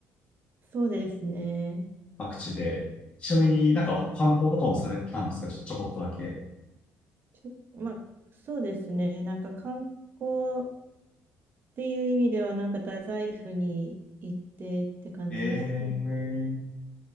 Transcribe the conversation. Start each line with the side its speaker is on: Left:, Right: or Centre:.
Right: <laughs> そうですね。
Left: 各地で。ちなみになんか観光とかもされてたんですかちょ、ちょこっとだけ。
Right: ちょまあ、そうですね。なんか観光っていう意味では、なんか太宰府に行ってって感じですね。
Left: ええ